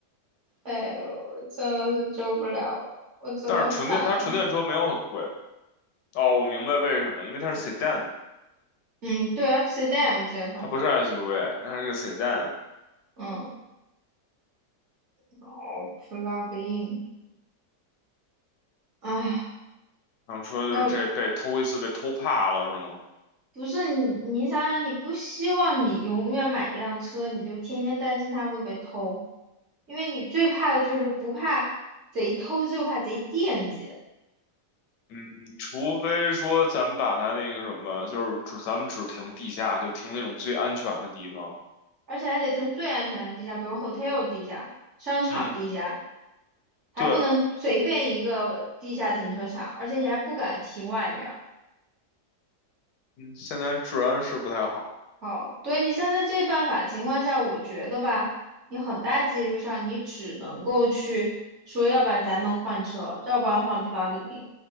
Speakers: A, on the right; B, on the left.
A: 哎，我真的是救不了了，我真的烦了，
B: 但是纯电它纯电车没有很贵。哦，我明白为什么，因为它是 sedan，
A: 嗯，对，F s e d a 我记得它，
B: 它不是 SUV，它是个 sedan。
A: 嗯，哦，plug in，哎，
B: 然后说就是这被偷一次被偷怕了是吗？
A: 要不是你，你想想，你不希望你永远买一辆车，你就天天担心它会被偷，因为你最怕的就是不怕贼偷，就怕贼惦记，
B: 嗯，除非说咱们把它那个什么，就是只咱们只停地下，就停那种最安全的地方。
A: 而且还得停最安全的地下，比如 hotel 地下、商场地下，
B: 嗯，
A: 还不能随便一个地下停车场，
B: 对，
A: 而且你还不敢停外面。
B: 嗯，现在治安是不太好，
A: 好，对你现在这办法情况下，我觉得吧，你很大几率上你只能够去说，要不然咱们换车，要不然换 plug-in。